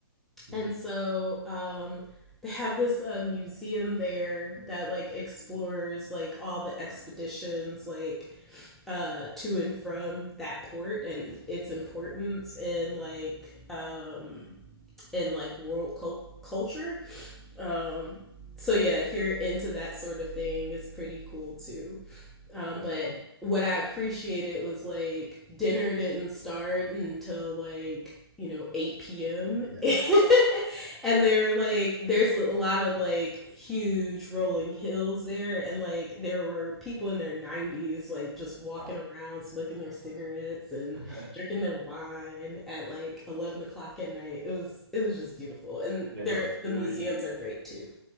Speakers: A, on the right; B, in the centre.
A: Mhm.
B: And so um, they have this uh, museum there that like explores like all the expeditions like uh, to and from that port and its importance in like um, in like world cult- culture um, so yeah, if you're into that sort of thing, it's pretty cool too. Um,
A: Yeah,
B: but
A: that sounds
B: what
A: interesting.
B: I appreciated was like dinner didn't start until like you know 8 p.m.
A: Yeah.
B: <laughs> and they're like there's a lot of like huge rolling hills there and like there were people in their 90s like just walking
A: Wow.
B: around smoking their cigarettes and
A: <laughs>
B: drinking their wine at like 11 o'clock at night. It was it was just beautiful. And
A: Yeah,
B: their
A: no, it's very
B: the museums are great too.